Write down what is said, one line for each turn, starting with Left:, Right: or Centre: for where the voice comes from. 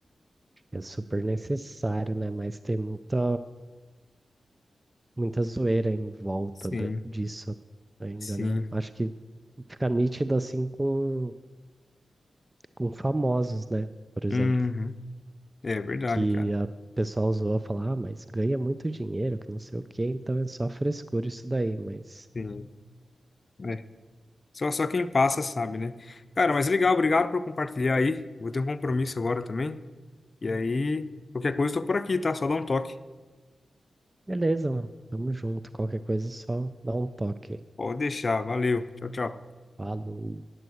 Right: é super necessário, né? Mas tem muita, muita zoeira em volta
Left: Sim,
Right: da- disso ainda,
Left: sim.
Right: né? Acho que fica nítido assim com, com famosos, né? Por exemplo.
Left: Uhum. É verdade,
Right: que
Left: cara.
Right: a pessoa usou a falar, ah, mas ganha muito dinheiro, que não sei o quê, então é só frescura isso daí, mas
Left: Sim. É. Só, só quem passa sabe, né? Cara, mas legal, obrigado por compartilhar aí. Vou ter um compromisso agora também. E aí, qualquer coisa, eu tô por aqui, tá? Só dá um toque.
Right: beleza, mano, tamo junto, qualquer coisa é só dá um toque.
Left: Pode deixar. Valeu. Tchau, tchau.
Right: Falou.